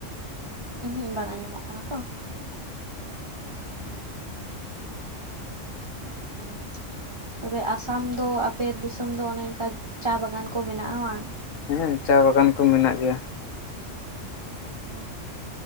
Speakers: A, on the right; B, on the left.
A: ᱩᱸᱦᱩ ᱵᱟᱝ ᱟᱸᱡᱚᱢᱚᱜ ᱠᱟᱱᱟ ᱛᱚ᱾ ᱦᱩᱸ᱾ ᱛᱚᱵᱮ ᱟᱥᱟᱢ ᱫᱚ ᱟᱯᱮ ᱫᱤᱥᱚᱢ ᱫᱚ ᱚᱱᱮ ᱚᱱᱠᱟ ᱪᱟ ᱵᱟᱜᱟᱱ ᱠᱚ ᱢᱮᱱᱟᱜᱼᱟ ᱵᱟᱝ?
B: ᱦᱮᱸ ᱪᱟ ᱵᱟᱜᱟᱱ ᱠᱚ ᱢᱮᱱᱟᱜ ᱜᱮᱭᱟ᱾
A: ᱚᱻ